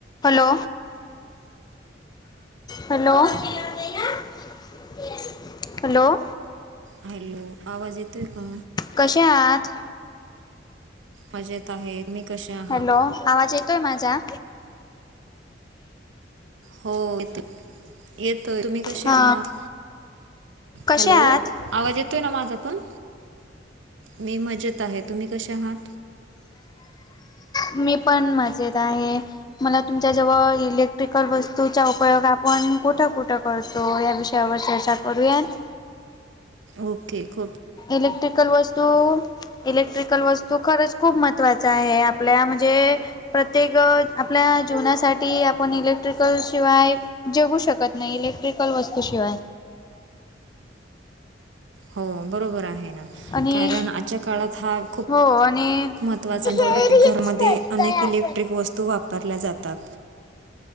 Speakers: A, on the left; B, on the right.
A: हॅलो. Hello hello.
B: हॅलो आवाज येतो आहे का?
A: कशा आात
B: मजेत आहेत. आम् कशा?
A: हॅलो आवाज येतोय माझा.
B: हो य येतोय तुम्ही कसे
A: हा
B: आहात?
A: कसे
B: हॅलो
A: आ आहेत.
B: आवाज येतो आहे ना माझं पण मी मजेत आहे तुम्ही कसे आहात?
A: मी पण मजेत आहे. मला तुमच्या जवळ इलेक्ट्रिकल वस्तूचा उपयोग आपण कुठं कुठं? करतो या विषयावर चर्चा करूयात.
B: ओके खक.
A: इलेक्ट्रिकल वस्तू इलेक्ट्रिकल वस्तू खरंच खूप महत्त्वाच आहे आपल्या म्हजे प्रत्येक आपल्या जीवनासाठी आपण इलेक्ट्रिकल शिवाय जगू शकत नाही इलेक्ट्रिकल वस्तू शिवाय
B: हो बरोबर आहे ना
A: आणि
B: कारण आजच्या काळात हा खूप
A: हो आणि
B: महत्त्वाचा
A: हे
B: <unintelligible>
A: रीच
B: घरमध्ये
A: करतय
B: अनेक इलेक्ट्रिक
A: असं.
B: वस्तू वापरल्या जातात.